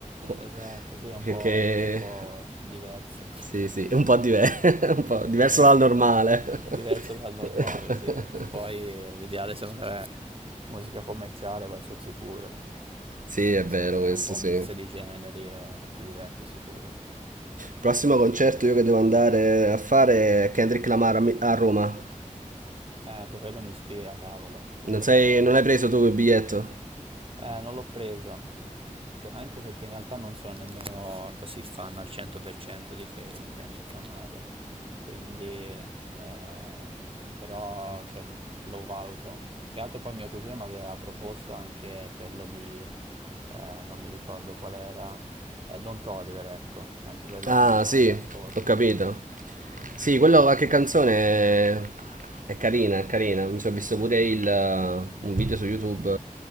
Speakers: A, on the right (about 40°); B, on the right (about 75°).
A: Esatto,
B: <laughs>
A: sì, è un
B: Perché...
A: po', deve essere un po' diverso,
B: Sì, sì, è un po' diver- <laughs> un po' diverso
A: <laughs>
B: dal normale.
A: Un po' diverso dal normale,
B: <laughs>
A: sì. Poi eh, l'ideale secondo me è musica commerciale, vai sul sicuro.
B: Sì, è vero
A: Cioè,
B: questo,
A: un po'
B: sì.
A: un mix di generi e ti diverti sicuro.
B: Prossimo concerto io che devo andare a fare è Kendrick Lamar a, Mi- a Roma.
A: Eh, anche quello mi ispira, cavolo.
B: Non,
A: Lo-
B: sei- non hai preso tu il biglietto?
A: eh, non l'ho preso, Pe- anche perché in realtà non sono nemmeno così fan al 100% di, che- di Kendrick Lamar. Quindi, ehm, però, cioè, lo valuto. Più che altro poi mio cugino mi aveva proposto anche quello di, eh, non mi ricordo qual era, eh, Don Toliver, ecco. Anche quello
B: Ah,
A: non è male
B: sì,
A: l'ascolto.
B: ho capito. Sì, quello qualche canzone è, è carina, è carina. Mi sono visto pure il, eh, un video su YouTube.